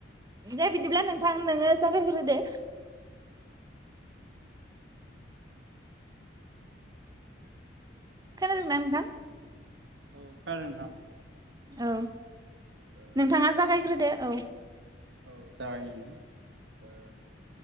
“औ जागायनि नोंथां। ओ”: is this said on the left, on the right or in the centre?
Right